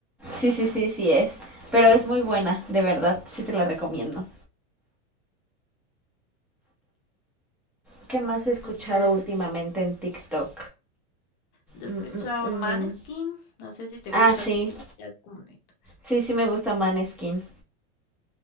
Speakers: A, in the centre; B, on the left.
A: Sí, sí, sí, sí es. Pero es muy buena, de verdad, sí te la recomiendo. ¿Qué más he escuchado
B: Después,
A: últimamente en TikTok?
B: yo he escuchado
A: Mm, mm, mm.
B: Maneskin, no sé si te gusta,
A: Ah, sí.
B: así que ya ya es como bonito.
A: Sí, sí me gusta Maneskin.